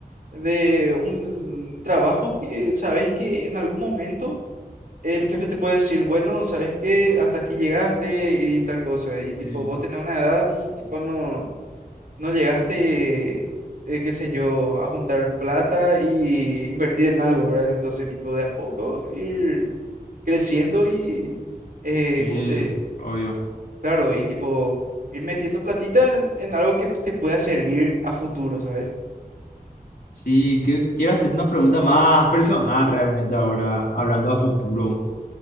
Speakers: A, on the right (about 70°); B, on the left (about 70°).
A: de un trabajo que sabes que en algún momento el jefe te puede decir, bueno, sabes que hasta aquí llegaste y tal cosa, y tipo
B: sí,
A: vos tenés una edad y tipo no. ¿No llegaste, eh, qué sé yo, a juntar plata y invertir en algo, ¿verdad? Entonces, tipo, de a poco ir creciendo y, eh,
B: sí,
A: ¿cómo se?
B: obvio.
A: Claro, y tipo, ir metiendo platita en, en algo que te pueda servir a futuro, ¿sabes?
B: Sí, que- quiero hacer una pregunta más personal realmente ahora, hablando a futuro.